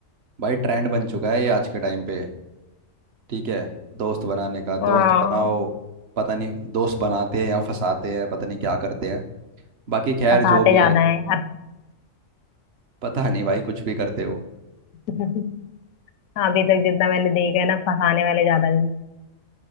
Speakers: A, on the right; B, on the left.
A: भाई ट्रेंड बन चुका है ये आज के टाइम पे ठीक है दोस्त बनाने का दोस्त
B: हाँ
A: बनाओ पता नहीं दोस्त बनाते हैं या फंसाते हैं पता नहीं क्या करते हैं बाकी खैर
B: फंसाते
A: जो भी
B: ज्यादा
A: है
B: है यार
A: पता नहीं भाई कुछ भी करते हो
B: <laughs> अभी तक जितना मैंने देखा है ना फंसाने वाले ज्यादा हैं।